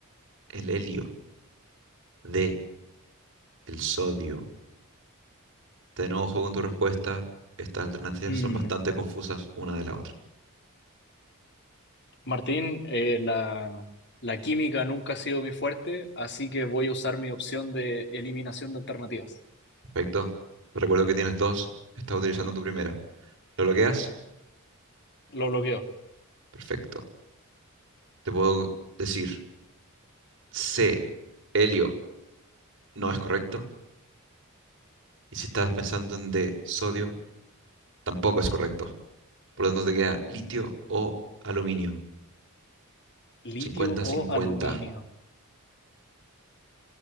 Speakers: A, on the right (about 60°); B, on the left (about 55°).
A: el helio. D, el sodio. Ten ojo con tu respuesta. Estas alternativas
B: Mm,
A: son bastante confusas una de la otra.
B: Martín, eh, la, la química nunca ha sido mi fuerte, así que voy a usar mi opción de eliminación de alternativas.
A: Perfecto. Te recuerdo que tienes dos. Estás utilizando tu primera. ¿Lo bloqueas?
B: Lo bloqueo.
A: Perfecto. Te puedo decir C, helio. No es correcto. Y si estabas pensando en de sodio, tampoco es correcto. Por lo tanto, te queda litio o aluminio.
B: ¿Litio
A: cincuenta cincuenta
B: o aluminio?